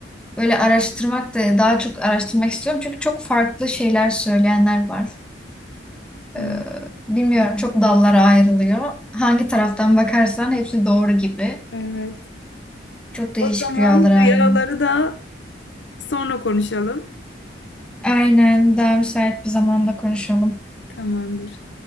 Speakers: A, in the centre; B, on the left.
A: böyle araştırmak da daha çok araştırmak istiyorum. Çünkü çok farklı şeyler söyleyenler var.
B: Hı.
A: Ee, bilmiyorum çok dallara ayrılıyor. Hangi taraftan bakarsan hepsi doğru gibi.
B: Evet.
A: Çok değişik
B: O zaman
A: rüyalar
B: rüyaları
A: alemi.
B: da sonra konuşalım.
A: Aynen daha müsait bir zamanda konuşalım.
B: Tamamdır.